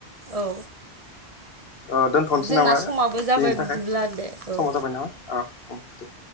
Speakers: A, on the right; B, on the left.
A: औ।
B: ओ दोन्थनोसै
A: जोंना
B: नामा
A: समाबो जाबाय
B: दिनैनि थाखाय
A: बिदिब्ला दे औ
B: समाव जाबाय नामा आ ओ दे।